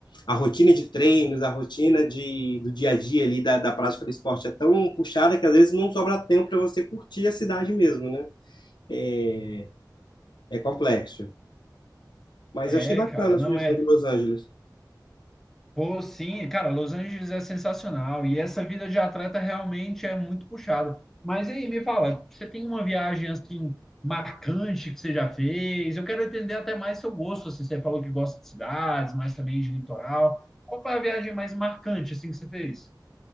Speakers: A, on the left; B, in the centre.
A: a rotina de treinos, a rotina de, do dia a dia ali, da, da prática do esporte é tão puxada que às vezes não sobra tempo para você curtir a cidade mesmo, né? É, é complexo. Mas
B: É,
A: eu achei bacana
B: cara, não
A: a sugestão
B: é.
A: de Los Angeles.
B: Pô, sim, cara, Los Angeles é sensacional e essa vida de atleta realmente é muito puxado. Mas aí me fala, você tem uma viagem assim marcante que você já fez? Eu quero entender até mais seu gosto, assim, você falou que gosta de cidades, mas também de litoral. Qual foi a viagem mais marcante assim que você fez?